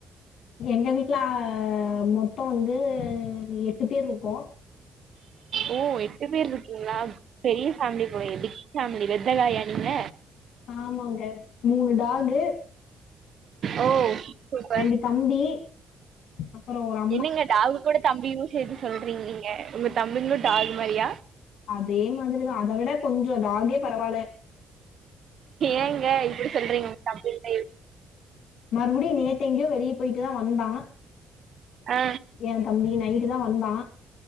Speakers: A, on the left; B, on the right.
A: எங்க வீட்ல மொத்தொ வந்து எட்டு பேர்ருக்கோ
B: ஓ எட்டு பேர் இருக்கீங்ளா பெரிய ஃபேமிலி போலயே பிக் ஃபேமிலி வெத்தகாயா நீங்க
A: ஆமாங்க மூணு டாகு
B: ஓ சூப்பர்
A: ரெண்டு தம்பி அப்பறோ ஒரு அக்
B: என்னங்க டாகு கூட தம்பியு சேர்த்து சொல்றீங் நீங்க உங்க தம்பிங்லு டாகு மாரியா
A: அதே மாதிரிதா அதவிட கொஞ்சோ டாகே பரவால
B: ஏங்க இப்டி சொல்றீங்க உங்க தம்பிய <inaudible>
A: மறுவுடியு நேத்து எங்கெயோ வெளிய போயிட்டுதா வந்தா
B: ஆ
A: எ தம்பி நைட்டு தா வந்தா